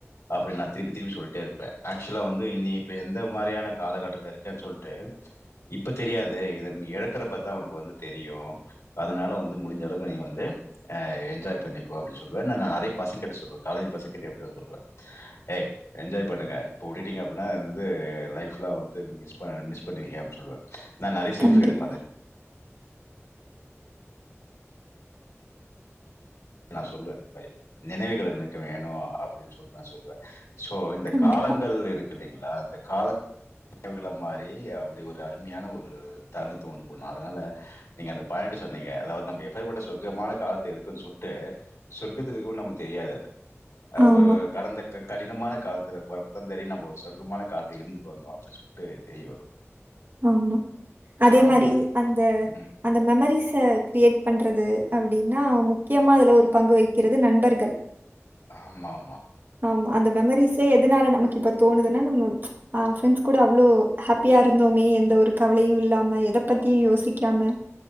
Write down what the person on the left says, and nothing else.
அப்டின் நா திருப்பி திருப்பி சொல்ட்டே இருப்பே ஆக்சொலா வந்து இனி இப்ப எந்த மாரியான காலகட்டத்துல இருக்கன் சொல்ட்டு இப்ப தெரியாது இத நீ எழக்குறப்பத்தா உனக்கு வந்து தெரியு அதுனால வந்து முடுஞ்ச அளவுக்கு நீ வந்து அ என்ஜாய் பண்ணிக்கோ அப்டி சொல்வே நானு நெறைய பசங்க கிட்ட சொல்லுவே காலேஜ் பசங்கிட்டயு அப்டிதா சொல்லுவே ஏய் என்ஜாய் பண்ணுங்க இப்ப வுட்டுட்டீங்க அப்டினா அது வந்து லைஃப்ல வந்து மிஸ் பண் மிஸ் பண்ணிவீங்க அப்டி சொல்லுவே நா நெறைய செல்ஃபி
எடுப்பே அது நா சொல்லுவே இந்த மாரி நெனைவுகள் என்னெக்கு வேணு அப்டின்னு சொல்ட்டு நா சொல்லுவே சோ இந்த
காலங்கள் இருக்கு இல்லைங்களா இந்த கால நினைவுகளா மாரி அப்டி ஒரு அருமையான ஒரு தருணத்த உண்டு பண்ணு அதனால நீங்க அந்த பாயிண்ட் சொன்னீங்க அதாவது நம்ப எப்பேற்பட்ட சொர்க்கமான காலத்து இருக்கன் சொல்ட் ட்டு சொர்க்கத்துக்கு இகு நமக்கு தெரியாது அது
ஒரு கடந்த க கடினமான காலத்துல பொறப் போறந்ததே நம்பொ சொர்க்கமான காலத்தில் இருந்துட்டு வந்தோ அப்டி சொல்ட்டு தெரிய வரு
ஆமாங்க.
ம்.
ஆமாமா.